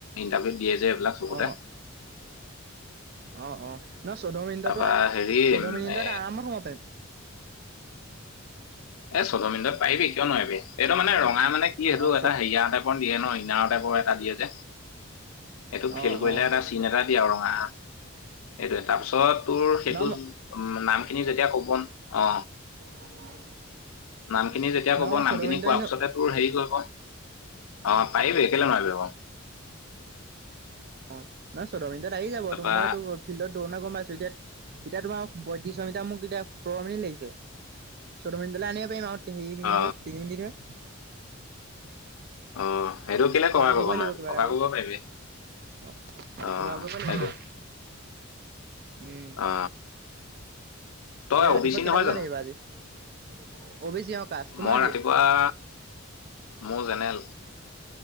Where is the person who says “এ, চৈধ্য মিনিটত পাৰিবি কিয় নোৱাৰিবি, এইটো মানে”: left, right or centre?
Left